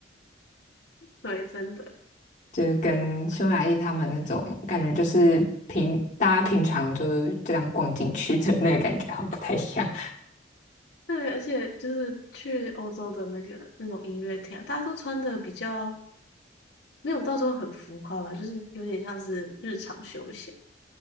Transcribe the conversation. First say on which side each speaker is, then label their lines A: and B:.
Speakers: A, on the left; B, on the left.
A: 对，真的，
B: <laughs> 就是跟匈牙利他们那种感觉，就是平大家平常就是这样逛进去的那个感觉好像不太一样。
A: 对，而且就是去欧洲的那个那种音乐厅啊，大家都穿的比较没有到时候很浮夸吧，就是有点像是日常休闲，